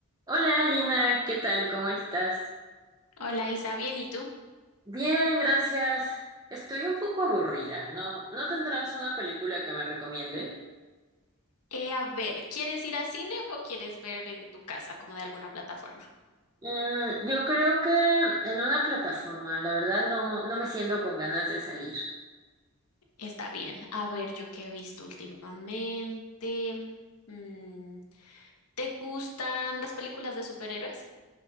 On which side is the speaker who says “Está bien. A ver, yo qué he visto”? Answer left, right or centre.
Left